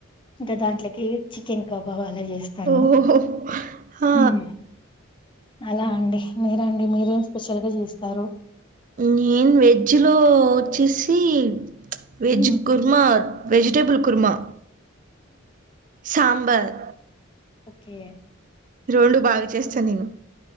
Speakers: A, on the left; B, on the right.
A: ఇంకా దాంట్లకి చికెన్ కాబావా అలా జేస్తాను
B: ఓహో ఆ
A: హుమ్ అలా అండి మీరండి మీరేం స్పెషల్ గా చేస్తారు
B: నేన్ వెజ్ లో వోచ్చేసి వెజ్
A: హ్మ్
B: కుర్మ వెజిటెబుల్ కుర్మా సాంబార్
A: ఓకే
B: రొండు బాగా చేస్త నేను